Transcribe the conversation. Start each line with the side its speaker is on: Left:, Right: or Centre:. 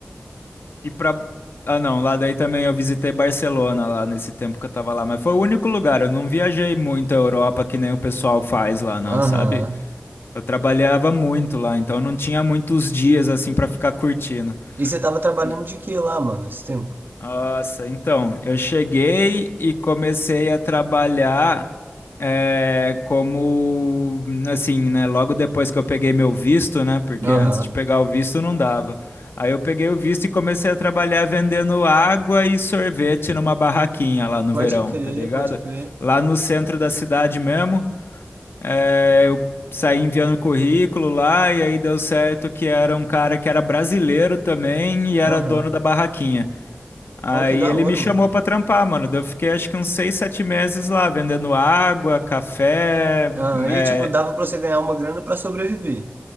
Left: E pra. Ah, não, lá daí também eu visitei Barcelona lá nesse tempo que eu tava lá, mas foi o único lugar. Eu não viajei muito a Europa que nem o pessoal faz lá, não,
Right: Aham.
Left: sabe? Eu trabalhava muito lá, então eu não tinha muitos dias assim pra ficar curtindo.
Right: E você tava trabalhando
Left: E,
Right: de quê lá, mano, esse tempo?
Left: nossa, então, eu cheguei e comecei a trabalhar eh, como, assim, né, logo depois que eu peguei meu visto, né, porque
Right: Aham.
Left: antes de pegar o visto não dava. Aí eu peguei o visto e comecei a trabalhar vendendo água e sorvete numa barraquinha lá no
Right: Pode
Left: verão,
Right: crer,
Left: tá ligado?
Right: pode crer.
Left: Lá no centro da cidade mesmo, eh, eu saí enviando currículo lá e aí deu certo que era um cara que era brasileiro também e era
Right: Aham.
Left: dono da barraquinha. Aí
Right: Ó, que da
Left: ele
Right: hora,
Left: me chamou
Right: mano.
Left: pra trampar, mano. Daí eu fiquei acho que uns seis, sete meses lá, vendendo água, café.
Right: Ah, e
Left: É,
Right: tipo, dava pra você ganhar uma grana pra sobreviver.